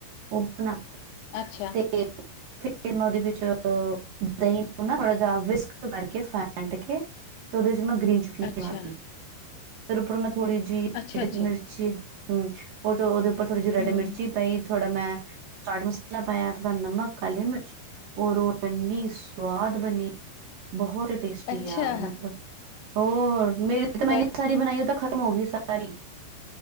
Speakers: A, on the right; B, on the left.
A: ਓ ਬਣਾ
B: ਅੱਛਾ।
A: ਤੇ ਫਿਰ ਮੈਂ ਉਹਦੇ ਵਿੱਚ ਦਹੀਂ ਨੂੰ ਨਾ ਥੋੜਾ ਜਾ ਵਿਸਕ ਕਰਕੇ ਫੈਂਟ ਕੇ ਉਹਦੇ ਚ ਮੈਂ ਗਰੀਨ ਚਟਨੀ
B: ਅੱਛਾ
A: <unintelligible> ਫਿਰ ਉਪਰੋ ਮੈਂ ਥੋੜੀ ਜੀ।
B: ਅੱਛਾ
A: ਰੈੱਡ
B: ਅੱਛਾ
A: ਮਿਰਚੀ ਹੂੰ, ਉਹ ਉਹਦੇ ਉੱਪਰ ਥੋੜੀ ਜੀ ਰੈੱਡ
B: ਹਮ
A: ਮਿਰਚੀ ਪਾਈ ਥੋੜਾ ਮੈਂ ਚਾਟ ਮਸਾਲਾ ਪਾਇਆ ਥੋੜਾ ਨਮਕ ਕਾਲੀ ਮਿਰਚ। ਔਰ ਓ ਇੰਨੀ ਸਵਾਦ ਬਣੀ ਬਹੁਤ ਟੇਸਟੀ
B: ਅੱਛਾ
A: ਯਾਰ ਮਤਲਬ ਹੋਰ ਮੇਰੀ ਤਾਂ ਮੈਂ
B: ਤੁਹਾ
A: ਐਨੀ ਸਾਰੀ ਬਣਾਈ ਓ ਤਾਂ ਖਤਮ ਹੋ ਗਈ ਸਾਰੀ